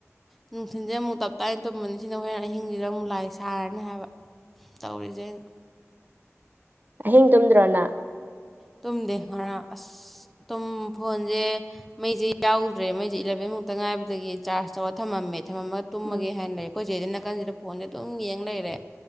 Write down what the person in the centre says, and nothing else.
ꯅꯨꯡꯊꯤꯟꯁꯦ ꯑꯃꯨꯛ ꯇꯞꯇꯥꯥꯏ ꯇꯨꯝꯃꯅꯤ ꯁꯤꯅ ꯍꯣꯔꯦꯟ ꯑꯍꯤꯡꯁꯤꯗ ꯑꯃꯨꯛ ꯂꯥꯏ ꯁꯥꯔꯅꯤ ꯍꯥꯏꯕ ꯇꯧꯔꯤꯖꯦ ꯑꯩꯅ
ꯇꯨꯝꯗꯦ ꯉꯔꯥꯡ ꯑꯁ ꯇꯨꯝ ꯐꯣꯟꯖꯦ ꯃꯩꯖꯦ ꯌꯥꯎꯗ꯭ꯔꯦ ꯃꯩꯖꯦ ꯏꯂꯚꯦꯟ ꯃꯨꯛꯇ ꯉꯥꯏꯕꯗꯒꯤ ꯆꯥꯔꯖ ꯇꯧꯔ ꯊꯝꯃꯝꯃꯦ ꯊꯃꯝꯃ ꯇꯨꯝꯃꯒꯦ
ꯍꯥꯏꯅ ꯂꯩꯔꯦ ꯑꯩꯈꯣꯏ ꯆꯦꯖꯤꯅ ꯅꯥꯀꯟꯖꯤꯗ ꯐꯣꯟꯁꯦ ꯑꯗꯨꯝ ꯌꯦꯡ ꯂꯩꯔꯦ